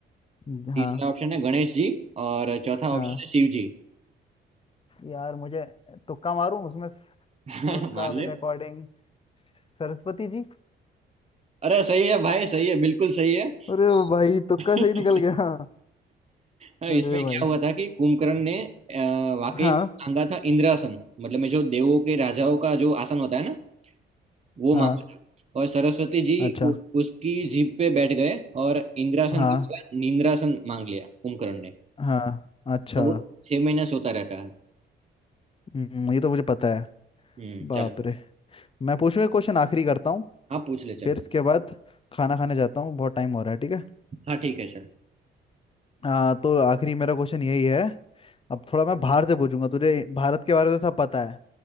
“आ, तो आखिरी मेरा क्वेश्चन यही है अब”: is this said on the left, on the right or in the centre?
Left